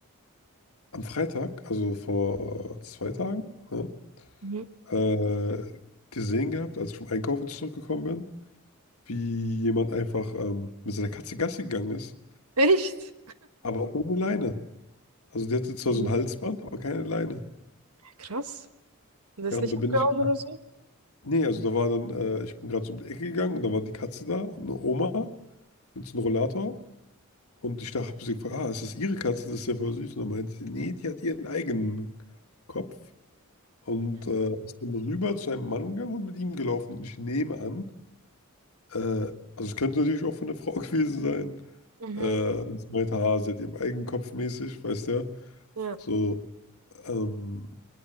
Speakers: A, on the left; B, on the right.
A: am Freitag, also vor zwei Tagen, ne,
B: Mhm.
A: äh, gesehen gehabt, als ich vom Einkaufen zurückgekommen bin, wie jemand einfach ähm, mit seiner Katze Gassi gegangen ist,
B: Echt?
A: aber ohne Leine. Also die hatte zwar
B: Mhm.
A: so ein Halsband, aber keine Leine.
B: Krass. Das ist
A: Ja, und
B: nicht
A: da
B: abgehauen
A: bin ich
B: oder so?
A: nee, also da war dann äh, ich bin gerade so um die Ecke gegangen und da war die Katze da und eine Oma mit so einem Rollator und ich dachte habe sie gefragt: „Ah, ist das Ihre Katze? Das ist ja voll süß.“ Und dann meinte sie: „Ne, die hat ihren eigenen Kopf“ und, äh, ist dann rüber zu einem Mann gegangen und mit ihm gelaufen und ich nehme an, äh also es könnte natürlich auch von der Frau <laughs> gewesen sein,
B: Mhm.
A: äh, und sie meinte: „Ah, sie hat ihren eigenen Kopf mäßig“, weißt du ja,
B: Ja.
A: so Ähm,